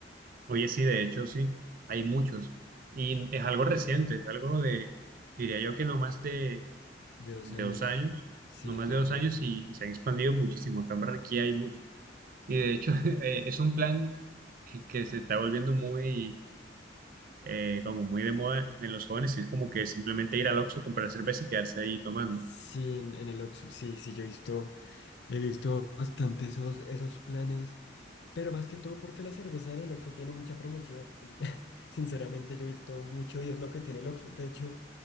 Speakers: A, on the right (about 50°); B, on the left (about 60°).
A: Oye, sí, de hecho, sí, hay muchos. Y es algo reciente, es algo de, diría yo que no más de,
B: De dos
A: de
B: años.
A: dos años,
B: Sí,
A: no más
B: tal
A: de dos
B: cual.
A: años y, y se ha expandido muchísimo. Acá en Barranquilla hay muchos. Y de hecho, <laughs> eh, es un plan que se está volviendo muy, eh, como muy de moda en los jóvenes y es como que simplemente ir al Oxxo, comprar cerveza y quedarse ahí tomando.
B: Sí, en, en el Oxxo, sí, sí, yo he visto, he visto bastante esos, esos planes. Pero más que todo porque la cerveza en el Oxxo tiene mucha promoción. <laughs> Sinceramente yo he visto mucho y es lo que tiene el Oxxo. De hecho,